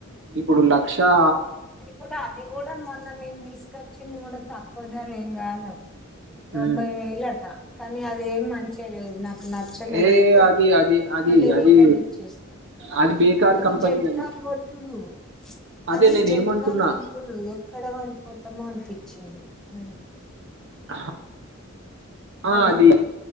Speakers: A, on the right (about 60°); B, in the centre.
A: ఇప్పుడు లక్షఆ
B: ఇప్పుడు అది కూడా మొన్న మేము తీసుకొచ్చింది కూడా తక్కువ ధర ఏం కాదు తొంభై
A: ఉమ్.
B: వేలట కానీ అదేం మం మంచే లేదు నాక్ నచ్చలేదుయితే
A: ఏ అది అది అది
B: మళ్ళీ
A: అది
B: రిటర్న్ ఇచ్చేసిన
A: అది బేకార్
B: అది
A: కంపెనీ
B: జట్కాలు
A: అది
B: కొట్టుడు
A: అదే
B: అది
A: నేను
B: జట్
A: ఏమంటున్నా
B: <unintelligible> ఎక్కడ పడిపోతామో అనిపించింది ఉ
A: హ
B: హలో
A: ఆ అది